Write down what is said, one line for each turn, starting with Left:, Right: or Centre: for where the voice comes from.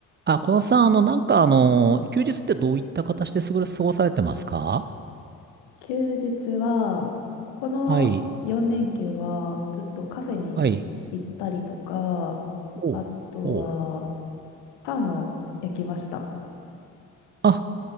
Right: あ、このさん、あの、なんかあの、休日ってどういった形で過ご過ごされてますか
Left: 休日は、この4連休はずっとカフェに行ったりとか、
Right: はい。はい。おう。
Left: あとは
Right: おう。
Left: パンを焼きました。
Right: あ、